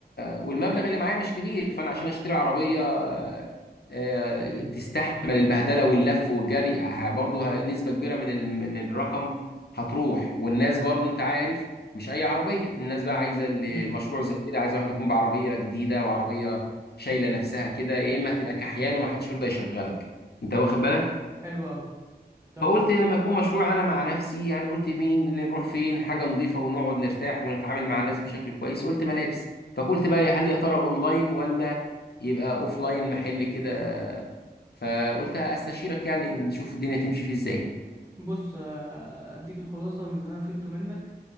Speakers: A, on the left; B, on the right.
A: والمبلغ اللي معايا مش كبير فانا عشان اشتري عربيه آه، آه،
B: فهمت
A: تستحمل
B: فهمت
A: البهدله واللف والجري ه- برضه ه- نسبه كبيره من ال- من الرقم هتروح والناس برضه انت عارف مش اي عربيه الناس بقى عايزه اللي-
B: امم
A: مشروع زي كده عايز واحد يكون بعربيه جديده وعربيه شايله نفسها كده يا اما هتبقى كحيان ومحدش يرضى يشغلك انت واخد بالك
B: حلو قوي طب
A: فقلت لما يكون مشروع انا مع نفسي يعني قلت مين نروح فين حاجه نظيفه ونقعد نرتاح ونتعامل مع الناس بشكل كويس قلت ملابس فقلت بقى يا هل يا ترى اونلاين ولا يبقى اوفلاين محل كده فقلت استشيرك يعني نشوف الدنيا تمشي فيه ازاي
B: بص آه، اديك الخلاصه من اللي انا فهمته منك